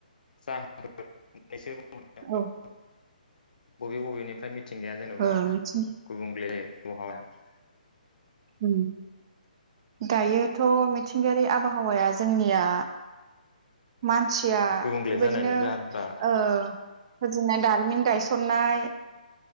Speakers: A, on the left (about 70°); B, on the right (about 40°).
A: जाहोन <unintelligible> <unintelligible>
B: औ
A: बबे बबेनिफ्राय मिथिंगाया जेनेबा
B: ओ मिथिं
A: गुबुंले <unintelligible>
B: उम दायोथ' मिथिंगायारि आबहावाया जोंनिया मानसिया
A: गुबुंले
B: बेबायदिनो
A: जानायनि जाहोनफ्रा
B: ओ फुजिनाय दारिमिन गायसननाय